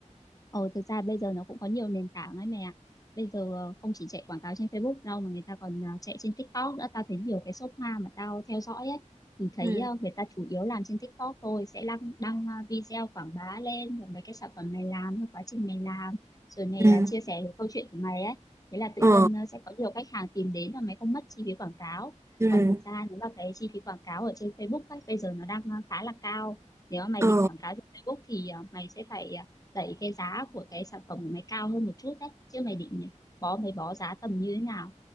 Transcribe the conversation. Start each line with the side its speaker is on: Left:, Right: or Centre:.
Left: Ờ, thực ra bây giờ nó cũng có nhiều nền tảng ấy mẹ ạ. Bây giờ ờ, không chỉ chạy quảng cáo trên Facebook đâu mà người ta còn à, chạy trên TikTok nữa. Tao thấy nhiều cái shop hoa mà tao theo dõi ấy thì thấy
Right: Ừ.
Left: à, người ta chủ yếu làm trên TikTok thôi, sẽ đăng đăng à, video quảng bá lên rồi mấy cái sản phẩm mày làm, rồi quá trình mày làm, rồi mày
Right: Ừ.
Left: à, chia sẻ cái câu chuyện của mày ấy. Thế là tự
Right: Ờ.
Left: nhiên à, sẽ có nhiều khách hàng tìm đến và mày không mất chi phí quảng cáo.
Right: Ừ.
Left: Còn thực ra nếu mà cái chi phí quảng cáo ở trên Facebook ấy bây giờ nó đang à, khá là cao. Nếu mà mày
Right: Ờ.
Left: định quảng cáo trên Facebook thì à, mày sẽ phải à, đẩy cái giá của cái sản phẩm của mày cao hơn một chút đấy chứ mày định bó mấy bó giá tầm như thế nào